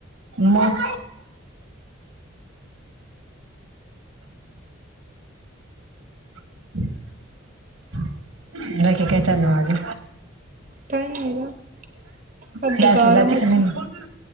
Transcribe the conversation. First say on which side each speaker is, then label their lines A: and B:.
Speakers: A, on the right; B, on the right.
A: मग <inaudible> बाकी काय चाललं आजून?
B: काही नाही ग सध्या
A: क्लासले
B: तर आरामच
A: जाते का नाही
B: आहे.
A: म?